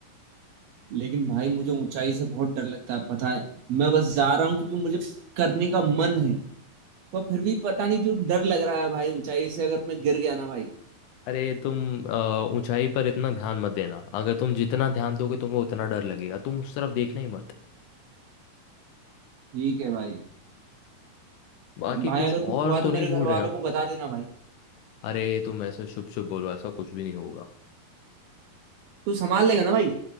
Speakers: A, on the right; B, on the left.
A: लेकिन भाई मुझे ऊंचाई से बहुत डर लगता है पता है मैं बस जा रहा हूँ क्योंकि मुझे करने का मन है पर फिर भी पता नहीं क्यों डर लग रहा है भाई ऊंचाई से अगर मैं गिर गया ना भाई
B: अरे तुम अ, ऊंचाई पर इतना ध्यान मत देना अगर तुम जितना ध्यान दोगे तुम्हें उतना डर लगेगा तुम उस तरफ देखना ही मत
A: ठीक है भाई
B: बाकी
A: भाई
B: कुछ
A: अगर कुछ
B: और
A: हुआ
B: तो
A: तो
B: नहीं
A: मेरे
B: भूल
A: घर
B: रहे
A: वालों
B: हम
A: को बता देना भाई
B: अरे तुम ऐसे शुभ शुभ बोलो ऐसा कुछ भी नहीं होगा
A: तू संभाल लेगा ना भाई